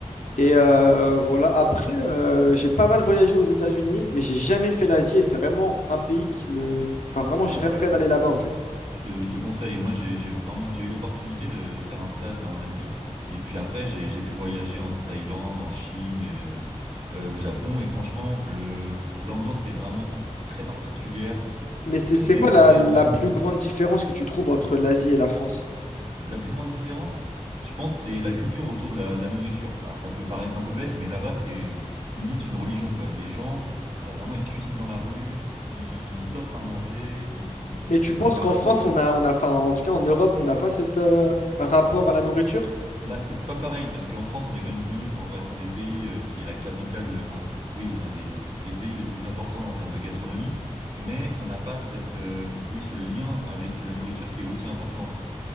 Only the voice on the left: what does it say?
Et euh, voilà. Après, euh, j'ai pas mal voyagé aux États-Unis, mais j'ai jamais fait l'Asie et c'est vraiment un pays qui me, enfin, vraiment,
je rêverais
d'aller là-bas en fait.
Mais c'est
c'est quoi
la, la plus grande différence que tu trouves entre l'Asie et la France?
Mais tu
penses
qu'en France,
on a, on a, enfin, en tout cas en Europe, on n'a pas cet euh, rapport à la nourriture?